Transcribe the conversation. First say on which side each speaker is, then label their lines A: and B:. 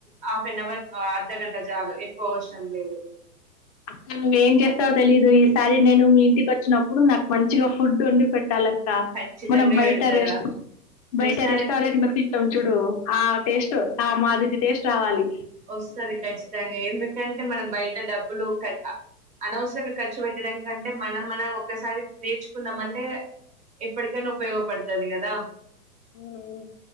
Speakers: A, on the right; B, on the left.
A: హాఫ్ అన్ అవర్ అర్ధగంట జాలు ఎక్కువ అవసరం లేదు
B: అక్క నువ్వేంజేస్తావ్ తెలీదు ఈసారి నేను మీ ఇంటికోచ్చినప్పుడు నాక్ మంచిగా ఫుడోండి పెట్టాల క్క
A: ఖచ్చితంగా
B: మనం బైట
A: పెడతారా
B: రెస్ట్ బైట
A: రెస్టారెంట్లు
B: రెస్టారెంట్ లో తింటాం చూడు ఆ టేస్టు ఆ మాదిరి టేస్ట్ రావాలి
A: వస్తాది కచ్చితంగా ఎందుకంటే మనం బయట డబ్బులు కట అనవసరంగా ఖర్చు పేట్టడం కంటే మనం మనం ఒక్కసారి నేర్చుకుందామంటే ఎప్పటికైనా ఉపయోగపడ్తది గదా
B: అవునవును.